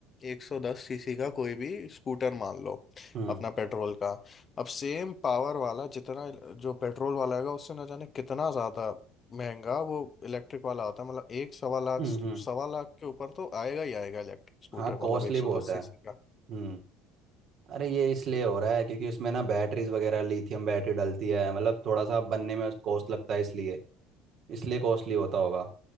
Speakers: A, on the left; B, on the right.
A: 110 सीसी का कोई भी स्कूटर मान लो
B: हम्म
A: अपना पेट्रोल का अब सेम पावर वाला जितना जो पेट्रोल वाला है उससे ना जाने कितना ज़्यादा महंगा वो इलेक्ट्रिक वाला होता है मतलब एक सवा लाख
B: हम्म हम्म
A: सवा लाख के ऊपर तो आएगा ही आएगा इलेक्ट्रिक स्कूटर
B: हाँ कॉस्टली
A: मतलब 110
B: भी होता
A: सीसी
B: है हम्म अरे ये इसलिए हो रहा है क्योंकि उसमें ना बैटरीज वगैरह लिथियम बैटरी डलती है मतलब थोड़ा सा बनने में कॉस्ट लगता है इसलिए इसलिए कॉस्टली होता होगा